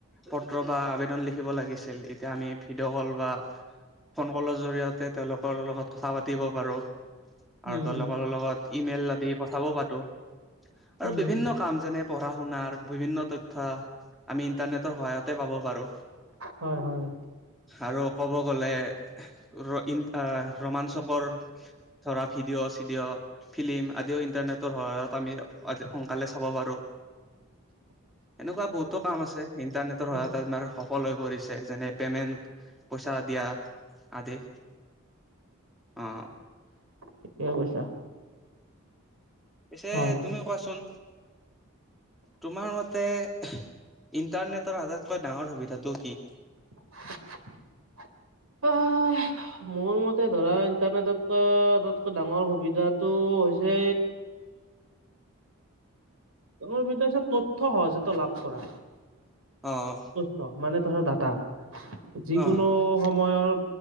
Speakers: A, in the centre; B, on the right (about 80°).
A: পত্ৰ বা আবেদন লিখিব লাগিছিল এতিয়া আমি ভিডিঅ' কল বা ফোন কলৰ জৰিয়তে তেওঁলোকৰ লগত কথা পাতিব পাৰোঁ
B: উম
A: আৰু তেওঁলোকৰ লগত ইমেইল আদি পঠাব পাৰোঁ আৰু
B: উম
A: বিভিন্ন কাম যেনে পঢ়া শুনাৰ বিভিন্ন তথ্য আমি ইন্টাৰনেটৰ সহায়তে পাব পাৰোঁ
B: হয় হয়
A: আৰু ক'ব গলে ৰ ইন অহ ৰোমাঞ্চকৰ ধৰা ভিডিঅ' চিডিঅ' ফিল্ম আদিও ইণ্টাৰনেটৰ সহায়ত আমি সোনকালে চাব পাৰো
B: <unintelligible>
A: এনেকুৱা বহুতো কাম আছে ইণ্টাৰনেটৰ
B: উম
A: সহায়ত আমাৰ সফল হৈ পৰিছে যেনে পেমেণ্ট পইচা দিয়া আদি অ
B: ঠিকেই কৈছা
A: পিছে
B: হয়
A: তুমি কোৱাচোন
B: <inaudible>
A: তোমাৰ মতে ইণ্টাৰনেটৰ আটাইতকৈ ডাঙৰ সুবিধাটো কি
B: ব <unintelligible> মোৰ মতে ধৰা ইণ্টাৰনেটকৈ আটাইতকৈ ডাঙৰ সুবিধাটো হৈছে ডাঙৰ বিদ্য হৈছে তথ্য সহজতে লাভ কৰা
A: অ
B: তথ্য মানে ধৰা ডাটা যিকোনো
A: অ
B: সময়ৰ